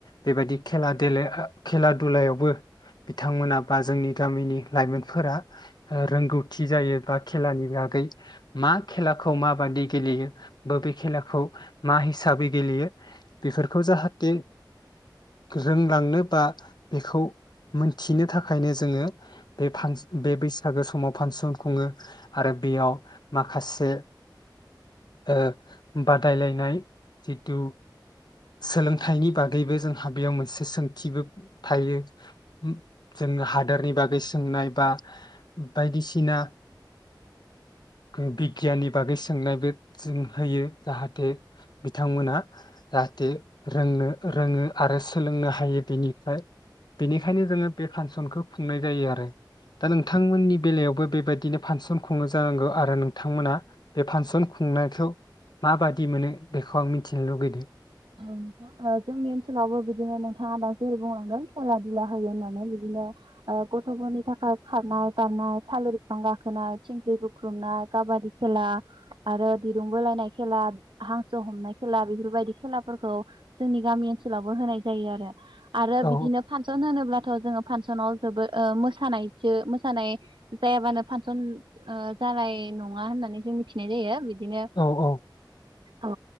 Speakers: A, on the left (about 60°); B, on the right (about 85°).
A: बे बायदि खेला देला खेला दुलायावबो बिथांमोना बा जोंनि गामिनि लाइमोनफोरा रोंगौथि जायो बा खेलानि बागै मा? खेलाखौ माबादि गेलेयो बो बेे खेलाखौ मा हिसाबै गेलेयो? बेफोरखौ जाहाथे रोंलांनो बा बेखौ मोनथिनो थाखायनो जोङो बे फांस बे बैसागो समाव फांसन खुङो आरो बेयाव माखास से ओ बादायलायनाय जितु सोलोंथाइनि बागैबो जोंहा बेयाव मोनसे सोंथिबो थायो। उम जों हादोरनि बागै सोंनाय बा बायदिसिना <unintelligible> गियाननि बागै सोंनायबो जों होयो। जाहाथे बिथांमोना जाहाथे रोंनो रोङो आरो सोलोंनो हायो बेनिफ्राय बेनिखायनो जोङो बे फांसनखौ खुंनाय जायो आरो दा नोंथांमोननि बेलायावबो बे बायदिनो फांसन खुङो जानांगौ आरो नों थां मोना बे फांसन खुंनायखौ माबादि मोनो बेखौ आं मिथिनो लुगैदो।
B: औ नोंथां जोंनि ओनसोलावबो बिदिनो नोंथाङा दा जेरै बुंलांदों खेला दुला होयो होननानै बिदिनो ओ गथ'फोरनि थाखाय खारनाय बारनाय थालिर बिफां गाखोनाय थिंख्रि बुख्रुबनाय काबादि खेला आरो दिरुं बोलायनाय खेला हांसो हमनाय खेला बेफोरबायदि खेला फोरखौ जोंनि गामि ओनसोलावबो होनाय जायो आरो आरो
A: औ
B: बिदिनो फांसन होनोब्लाथ' जोङो फांसनाव जोबोद ओ मोसानायजो मोसानाय जायाबानो फांसन ओ जानाय नङा होननानै जों मिथिनाय जायो बि दिनो
A: औ औ
B: औ